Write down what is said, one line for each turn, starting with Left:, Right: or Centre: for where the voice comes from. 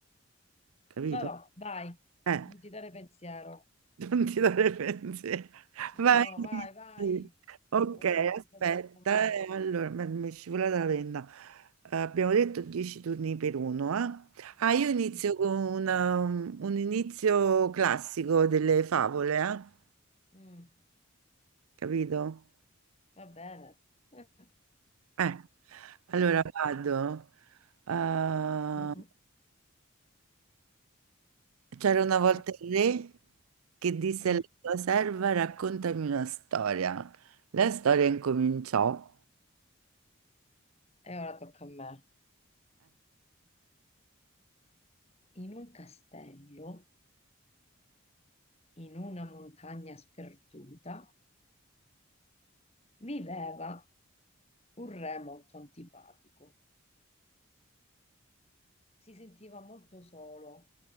Right: capito?
Left: Va, va, vai.
Right: Eh,
Left: Non ti dare pensiero.
Right: Non ti dare pensiero.
Left: No,
Right: Vai.
Left: vai, vai.
Right: sì. Ok,
Left: Come se non ci
Right: aspetta.
Left: fosse un domani.
Right: eh, Allora, mi mi è scivolata la penna. Eh, abbiamo detto 10 turni per uno, eh? Ah, io inizio
Left: Mm.
Right: con una- un, un inizio classico delle favole, eh?
Left: Mm.
Right: Capito?
Left: Va bene. <laughs>
Right: Eh, allora
Left: Eh,
Right: vado. Eh,
Left: eh,
Right: c'era una volta
Left: eh,
Right: il re che disse
Left: eh.
Right: alla sua serva, raccontami una storia. La storia incominciò.
Left: E ora tocca a me. In un castello, in una montagna sperduta, viveva un re molto antipatico. Si sentiva molto solo,